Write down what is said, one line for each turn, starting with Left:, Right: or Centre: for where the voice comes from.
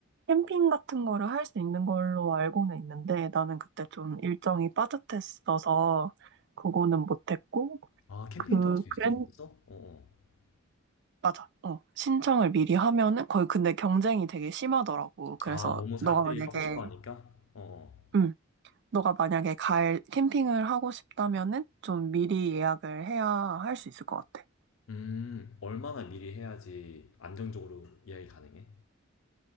Right: 캠핑 같은 거를 할 수 있는 걸로 알고는 있는데 나는 그때 좀 일정이 빠듯했어서 그거는 못했고
Left: 아 캠핑도
Right: 그
Left: 할 수
Right: 그랜
Left: 있어 거기서? 어, 어.
Right: 맞아 어 신청을 미리 하면은 거의 근데 경쟁이 되게 심하더라고 그래서
Left: 아 너무 사람들이
Right: 너가 만약에
Left: 하고 싶어 하니까? 어. 어.
Right: 음 너가 만약에 갈 캠핑을 하고 싶다면은 좀 미리 예약을 해야 할 수 있을 것 같아.
Left: 음 얼마나 미리 해야지 안정적으로 예약이 가능해?